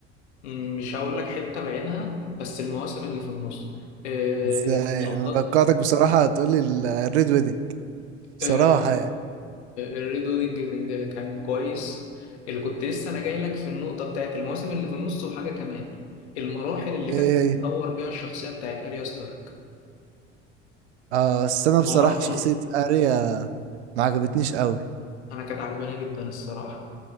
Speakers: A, on the left; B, on the right.
A: م- مش هقول لك حتة بعينها بس المواسم اللي في النص آه،
B: ازاي
A: لقطات
B: انا توقعتك بصراحه هتقولي الريد ويدنج
A: آه،
B: بصراحه يعني
A: الريد ويدنج كان كان كويس اللي كنت لسه انا جاي لك في النقطة بتاعت المواسم اللي في النص وحاجة كمان المراحل اللي
B: ايه
A: كانت بتتطور
B: هي
A: بيها الشخصية بتاعت اريا ستارك
B: اه بس انا بصراحه
A: مراحل
B: شخصيه اريا ما عجبتنيش قوي
A: انا كانت عجباني جدا الصراحة